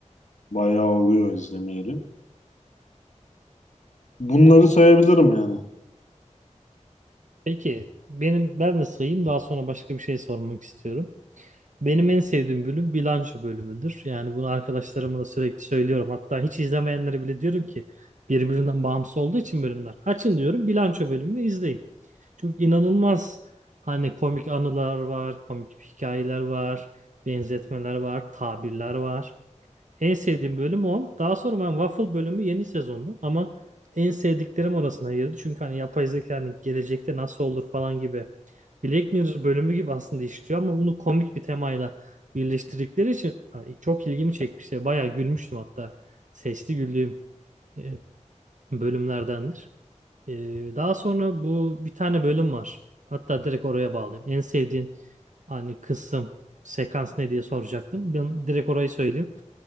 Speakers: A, on the left; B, on the right.
A: Bayağı oluyor izlemeyeli. Bunları sayabilirim yani.
B: Peki benim ben de sayayım daha sonra başka bir şey sormak istiyorum. Benim en sevdiğim bölüm bilanço bölümüdür. Yani bunu arkadaşlarıma da sürekli söylüyorum. Hatta hiç izlemeyenlere bile diyorum ki birbirinden bağımsız olduğu için bölümler. Açın diyorum bilanço bölümünü izleyin. Çünkü inanılmaz hani komik anılar var, komik hikayeler var, benzetmeler var, tabirler var. En sevdiğim bölüm o. Daha sonra ben Waffle bölümü yeni sezonda ama en sevdiklerim orasına girdi. Çünkü hani yapay zeka hani gelecekte nasıl olur falan gibi. Black Mirror bölümü gibi aslında işliyor ama bunu komik bir temayla birleştirdikleri için hani çok ilgimi çekmişti. Bayağı gülmüştüm hatta. Sesli güldüğüm e, bölümlerdendir. E, daha sonra bu bir tane bölüm var. Hatta direkt oraya bağlayayım. En sevdiğin hani kısım, sekans ne diye soracaktım. Ben direkt orayı söyleyeyim.